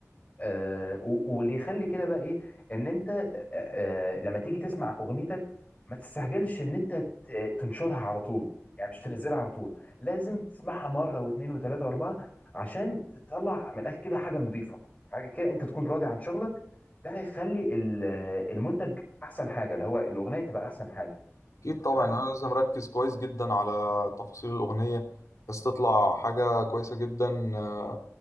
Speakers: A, on the left; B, on the left.
A: آه، و- واللي يخلي كده بقى ايه ان انت آه، آه، لما تيجي تسمع اغنيتك ما تستعجلش ان انت ت- تنشرها على طول يعني مش تنزلها على طول لازم تسمعها مره واثنين وثلاثه واربعه عشان تطلع من الاخر كده حاجه نظيفه حاجه كده انت تكون راضي عن شغلك ده هيخلي ال- المنتج احسن حاجه اللي هو الاغنيه تبقى احسن حاجه
B: أكيد طبعا
A: تمام
B: أنا لازم أركز كويس جدا على تفاصيل الأغنية بس تطلع حاجة كويسة جدا آه،